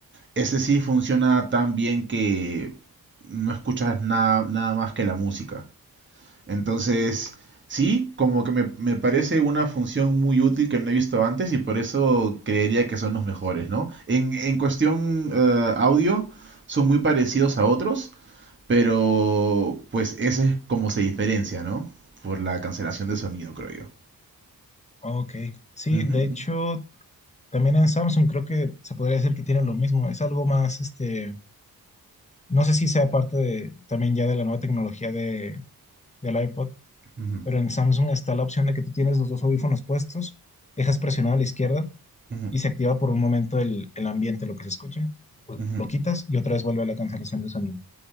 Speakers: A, on the right; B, on the left.
A: Ese sí funciona tan bien que no escuchas nada, nada más que la música. Entonces, sí, como que me, me parece una función muy útil que no he visto antes y por eso creería que son los mejores, ¿no? En, en cuestión eh, audio, son muy parecidos a otros, pero pues ese es como se diferencia, ¿no? Por la cancelación de sonido, creo yo.
B: Ok. Sí,
A: Ujú,
B: de hecho, también en Samsung creo que se podría decir que tienen lo mismo. Es algo más, este, no sé si sea parte de, también ya de la nueva tecnología de, del iPod,
A: ujú,
B: pero en Samsung está la opción de que tú tienes los dos audífonos puestos, dejas presionado a la izquierda
A: ujú,
B: y se activa por un momento el, el ambiente, lo que se escuche, lo
A: ujú.
B: lo quitas y otra vez vuelve a la cancelación de sonido.